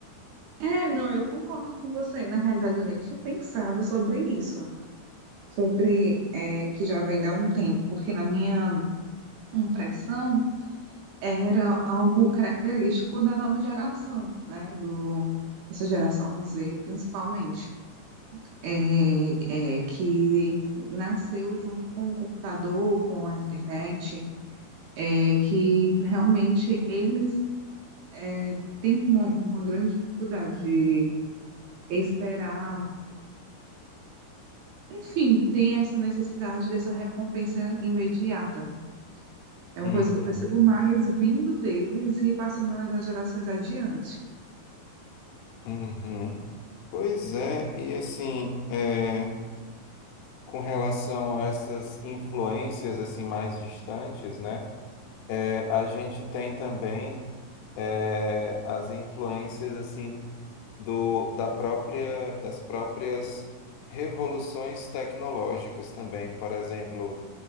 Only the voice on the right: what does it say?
É, não, eu concordo com você. Na realidade, eu nem tinha pensado sobre isso, sobre é, que já vem há um tempo, porque na minha impressão era algo característico da nova geração, né? Do, essa geração Z, principalmente, é, é, que nasceu junto com o computador, com a internet, é, que realmente eles é, têm uma, uma grande dificuldade de esperar, enfim, tem essa necessidade dessa recompensa imediata. É
uma coisa que eu percebo mais vindo deles e passando na- nas gerações adiante.